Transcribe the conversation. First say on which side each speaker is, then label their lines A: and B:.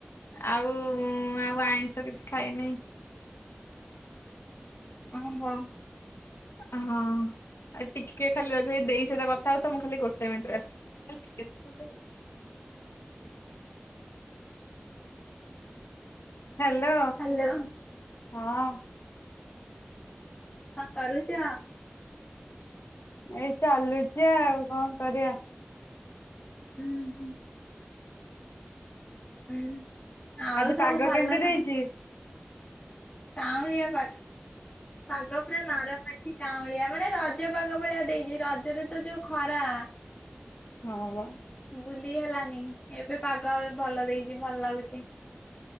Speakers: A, on the left (about 80°); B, on the left (about 25°).
A: ଆଉ ଆଉ ଆଇଁଷ କିଛି ଖାଇନି।
B: ଓ ହୋ।
A: ହ-ହଁ ଆ ଟିକେ ଖାଲି ର ତ ଏଇ ଦେଇ ସହିତ କଥା ହଉଥା ମୁଁ ଖାଲି ଗୋଟେ ମିନିଟରେ ଆସୁଛି। ହ୍ୟାଲୋ
B: ହ୍ୟାଲୋ
A: ହଁ।
B: କଣ କରୁଛ?
A: ଏଇ ଚାଲୁଛି ଆଉ କଣ କରିବା।
B: ହୁଁ ହୁଁ। ହୁଁ ଆଉ
A: ଆଜି
B: ସବୁ
A: ପାଗ
B: ଭଲ
A: କେମିତି
B: ନା?
A: ଦେଇଛି?
B: କାଉଁଳିଆ ପାଗ୍- ପାଗ ପୁରା ନରମ ଅଛି କାଉଁଳିଆ ମାନେ ରଜ ପାଗ ଭଳିଆ ଦେଇଛି ରଜରେ ତ ଯୋଉ ଖରା।
A: ହଉ।
B: ବୁଲିଗଲା। ନି ଏବେ ପାଗ ଭଲ ଦେଇଛି ଭଲ ଲାଗୁଛି।